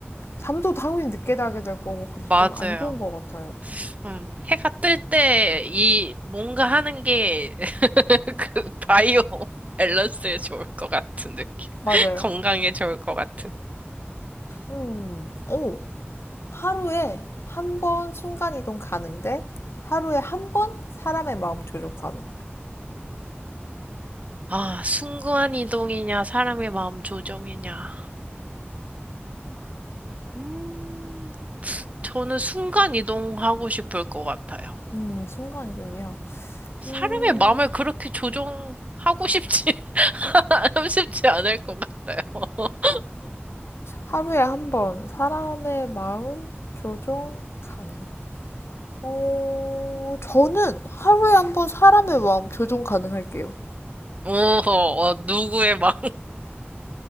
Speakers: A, on the left; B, on the right.
A: 잠도 당연히 늦게 자게 될 거고, 그래서
B: 맞아요.
A: 좀 안 좋은 것 같아요.
B: 음, 해가 뜰 때, 이, 뭔가 하는 게, <laughs> 그, 바이오 밸런스에 좋을 것 같은 느낌.
A: 맞아요.
B: <laughs> 건강에 좋을 것 같은.
A: 음, 오, 하루에 한 번 순간이동 가능데, 하루에 한 번 사람의 마음 조종 가능.
B: 아, 순간 이동이냐, 사람의 마음 조정이냐. 음, 저는 순간 이동하고 싶을 것 같아요.
A: 음, 순간이동이요.
B: 사람의
A: 음,
B: 마음을 그렇게 조정하고 싶지, <laughs> 쉽지 않을 것 같아요. <laughs>
A: 하루에 한번 사람의 마음 교정 가능. 어, 저는 하루에 한번 사람의 마음 교정 가능할게요.
B: 오, 어, 누구의 마음.